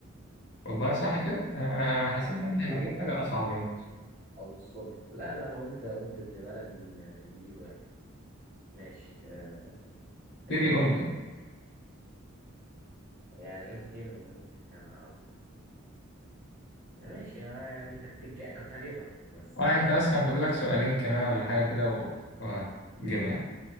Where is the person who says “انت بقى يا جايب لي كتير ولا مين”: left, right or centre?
Right